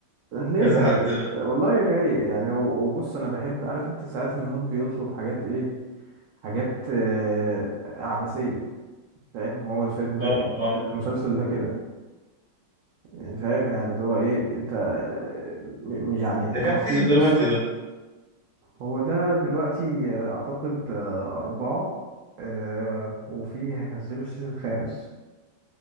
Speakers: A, on the right; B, on the left.
A: ليه
B: كذا
A: ده
B: حد
A: ج- والله رايق يعني و- وبص انا بحب عارف انت ساعات المود بيطلب حاجات ايه حاجات آه، عبثية فاهم هو الفيلم ده
B: اه
A: كده
B: اه
A: المسلسل ده كده يعني فاهم يعني اللي هو ايه انت آه، م- يعني
B: ده كام
A: هو
B: سيزون
A: فيه قصة
B: دلوقتي ده
A: هو ده دلوقتي آه، اعتقد آه، اربعة آه، وفيه هينزلوا السيزون الخامس